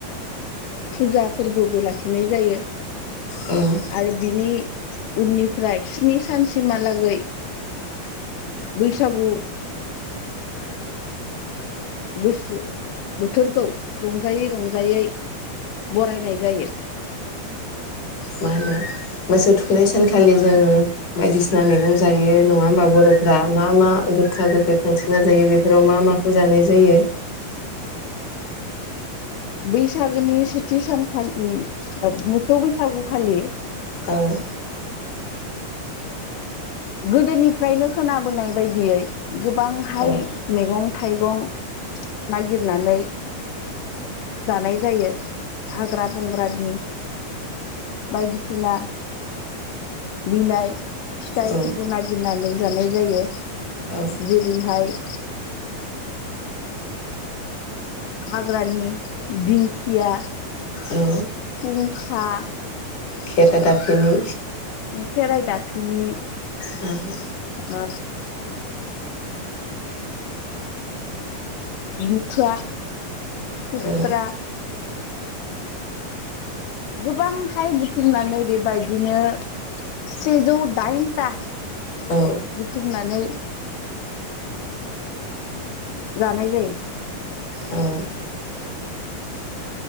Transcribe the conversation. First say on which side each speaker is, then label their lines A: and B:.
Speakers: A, on the left (about 75°); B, on the left (about 45°).
A: फुजा फोरबोबो लाखिनाय जायो।
B: औ
A: आरो बिनि उननिफ्राय स्नि सान सिमहालागै बैसागु बसु बोथोरखौ रंजायै रंजायै बरायनाय जायो।
B: मा होनो मोसौ थुखैनाय सानखालि जों बायदिसिना मैगं जायो नङा होमबा बर'फोरा मा मा? गोखा गोखै खांसना जायो बेफोराव मा माखौ जानाय जायो?
A: बैसागोनि सेथि सानखालि मोसौ बैसागुखालि
B: औ।
A: गोदोनिफ्रायनो खोनाबोनाय बायदियै गोबांहाय
B: औ
A: मैगं थाइगं नागिरनानै जानाय जायो हाग्रा बंग्रानि बायदिसिना बिलाइ फिथाइफोरखौ
B: औ
A: नागिरनानै जानाय जायो
B: औ
A: जेरैहाय हाग्रानि दिंखिया
B: औ
A: खुंखा।
B: खेरादाफिनि
A: सेराय दाफिनि।
B: औ।
A: आ बुथुवा खुथ्रा।
B: औ
A: गोबांहाय बुथुमनानै बेबायदिनो। से जौ डाइनटा।
B: औ
A: बुथुमनानै जानाय जायो।
B: औ